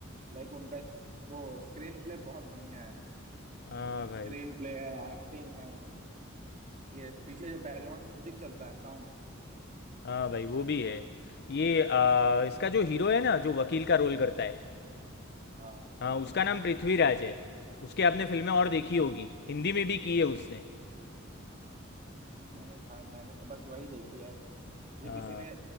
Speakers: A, on the right; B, on the left.
A: लाइक उनका इस- वो स्क्रीन प्ले बहुत बढ़िया है
B: हाँ भाई
A: स्क्रीन प्ले है एक्टिंग है ये पीछे जो बैकग्राउंड म्यूजिक चलता है साउंड
B: हाँ भाई वो भी है ये आ, इसका जो हीरो है ना जो वकील का रोल करता है
A: हाँ
B: हाँ उसका नाम पृथ्वीराज है उसके आपने फिल्में और देखी होगी हिंदी में भी की है उसने
A: नहीं भाई मैंने तो बस वही देखी है मुझे
B: हाँ
A: किसी ने